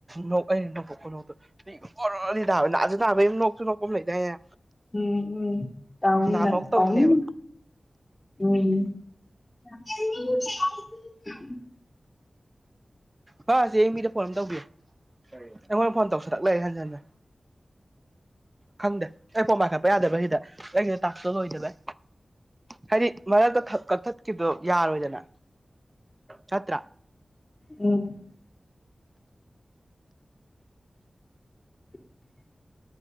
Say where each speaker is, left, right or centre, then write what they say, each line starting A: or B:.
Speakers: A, on the right; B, on the left.
A: ꯅꯣꯛ ꯑꯩꯅ ꯅꯣꯛꯄ ꯈꯨꯅꯣꯛꯇꯣ ꯄꯤꯒ ꯑꯣꯔꯣꯔꯣꯅꯤ ꯇꯥꯕ ꯅꯥꯁꯨ ꯅꯥꯕꯩ ꯑꯝ ꯅꯣꯛꯁꯨ ꯅꯣꯛꯄ ꯑꯝ ꯂꯩꯗꯥꯏꯅꯦ
B: ꯎꯝ ꯎꯝ ꯇꯧꯅꯤ
A: ꯅꯍꯥꯟꯃꯨꯛ
B: ꯅꯪ
A: ꯇꯧꯕꯅꯦꯕ
B: ꯇꯧꯅꯤ ꯎꯝ <unintelligible>
A: ꯕꯥ ꯆꯦꯡ ꯑꯌꯤꯡꯕꯤꯗ ꯐꯣꯟ ꯑꯝ ꯇꯧꯕꯤꯌꯨ ꯑꯩꯉꯣꯟꯗ ꯐꯣꯟ ꯇꯧꯁꯜꯂꯛ ꯂꯩꯔꯦ ꯍꯟꯖꯟ ꯍꯟꯖꯟ ꯈꯪꯗꯦ ꯑꯩ ꯐꯣꯟ ꯄꯥꯏꯈꯠꯄ ꯌꯥꯗꯦꯕ ꯁꯤꯗ ꯑꯩꯒꯤ ꯇꯥꯛꯁꯇꯣ ꯂꯣꯏꯗꯕꯩ ꯍꯥꯏꯗꯤ ꯃꯔꯛꯇ ꯈꯛ ꯀꯛꯊꯠꯈꯤꯕꯗꯣ ꯌꯥꯔꯣꯏꯗꯅ ꯆꯠꯇ꯭ꯔꯦ
B: ꯎꯝ <unintelligible>